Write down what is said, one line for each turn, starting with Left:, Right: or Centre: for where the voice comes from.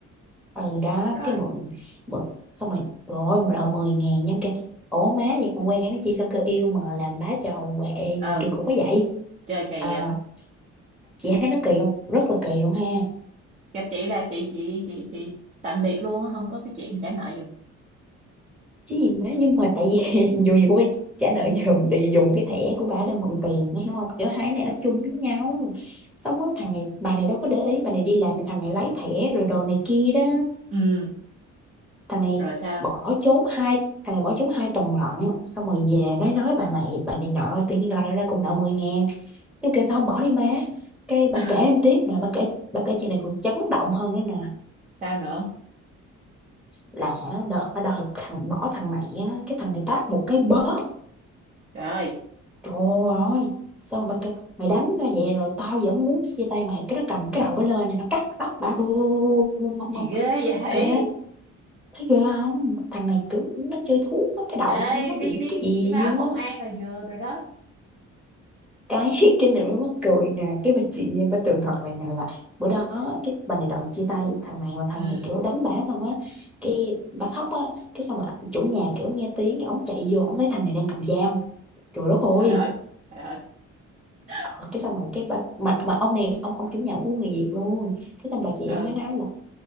Centre: ừ đó
Right: Rồi.
Centre: cái mượn mượn xong rồi rồi mà đòi 10 ngàn nhóm kêu ủa má vậy còn quen nó chi sao kêu yêu mà làm bá trò quậy
Right: Ừ.
Centre: gì kỳ cục quá vậy
Right: Chơi kỳ
Centre: à,
Right: vậy.
Centre: chị thấy nó kỳ không rất là kỳ luôn ha
Right: Gặp chị là chị, chị, chị, chị tạm biệt luôn á. Không có cái chuyện trả nợ giùm.
Centre: chứ gì má nhưng mà tại vì <laughs> dù gì cũng phải trả nợ giùm tại vì dùng cái thẻ của bà để mượn tiền hiểu không kiểu hai này ở chung với nhau xong đó, thằng này bà này đâu có để ý bà này đi làm thì thằng này lấy thẻ rồi đồ này kia đó
Right: Ừ.
Centre: thằng này
Right: Rồi sao?
Centre: bỏ trốn hai thằng này bỏ trốn hai tuần lận xong rồi về nói nói bà này bà này nợ tự nhiên lại ra cùng nợ mười ngàn em kêu sao không bỏ đi má cái bà
Right: <laughs>
Centre: kể em tiếp nè bà kể bà kể chuyện này còn chấn động hơn nữa nè
Right: Sao nữa?
Centre: là đợt bà đòi thằng bỏ thằng này á cái thằng này tát một cái bóp
Right: Trời ơi.
Centre: trời ơi xong bà kêu mày đánh tao vậy rồi tao vẫn muốn chia tay mày cái nó cầm cái đầu bà lên này nó cắt tóc bà bù bù- bù-
Right: Gì
Centre: bù-
Right: ghê vậy?
Centre: Ê, thấy ghê không? Thằng này cứ nó chơi thuốc á, cái đầu
Right: Ê,
Centre: xong nó
Right: đi,
Centre: bị
Right: đi,
Centre: cái gì
Right: đi báo
Centre: á.
Right: công an là vừa rồi đó.
Centre: cái <laughs> cái này mới mắc cười nè cái bà chị em bà tường thuật lại nè là bữa đó cái bà này đòi chia tay thằng này mà thằng
Right: Ừ.
Centre: này kiểu đánh bả xong á cái bà khóc á cái xong mà chủ nhà kiểu nghe tiếng cái ông chạy vô ông thấy thằng này đang cầm dao trời đất
Right: Trời
Centre: ơi
Right: ơi. Trời ơi. <laughs>
Centre: Ờ, cái xong rồi cái bà mà mà ông này ông ông chủ nhà cũng của người Việt luôn cái xong bà chị
Right: ừ
Centre: em mới nói là